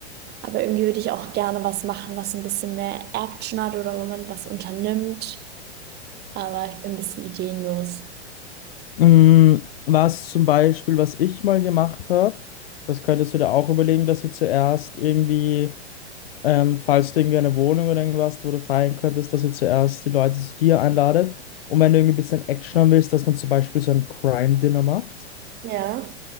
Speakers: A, on the right; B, on the left.
A: Aber irgendwie würde ich auch gerne was machen, was ein bisschen mehr Action hat oder wo man was unternimmt. Aber ich bin ein bisschen ideenlos.
B: Mm, Was zum Beispiel, was ich mal gemacht habe, das könntest du dir auch überlegen, dass ihr zuerst irgendwie, ähm, falls du irgendwie eine Wohnung oder irgendwas, wo du feiern könntest, dass ihr zuerst die Leute zu dir einladet und wenn du irgendwie ein bisschen Action haben willst, dass man zum Beispiel so ein Crime-Dinner macht.
A: Ja.